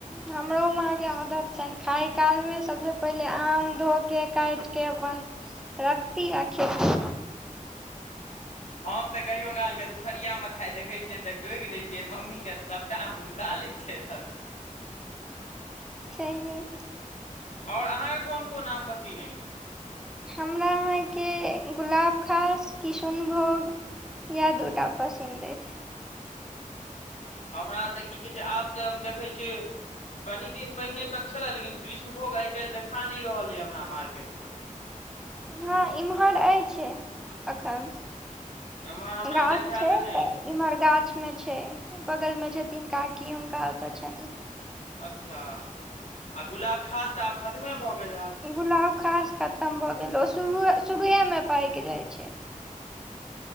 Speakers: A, in the centre; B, on the left (about 55°).
A: हमरो माँके आदत छनि खाय कालमे सभसँ पहिले आम धो के काटि के अपन रखती आ खेती
B: हम तऽ कहियो काल के दुपहरिया मे खायत देखै छियैनि तऽ टोकि दय छियैनि मम्मी केँ तऽ सबटा आम नुका लय छैथ ओ
A: छैहे की
B: आओर अहाँके कोन कोन आम पसिन्न अछि।
A: हमरा अहाँके गुलाबखास किशुनभोग याह दूटा पसंदअछि
B: हमरा तऽ की कहै छैय आब तऽ हम देखै छियै कनि दिन पहिने तक छलए लेकिन कृष्णभोग आइ काल्हि देखा नय रहल ऐ हमरा मार्केटमे
A: हँ इमहर अछि अखन
B: एम्हर हमरा
A: गाछ
B: देखायल
A: छै ऽ
B: नहि
A: तऽ इम्हर गाछ में छैय बगल में छथिन काकी हुनका ओत छैन
B: अच्छा आऽ गुलाबखास तऽ आब खतमे भऽ गेल हैत
A: गुलाब खास खतम भऽ गेल ओ शुरू शुरुए मे पाक जाइ छैय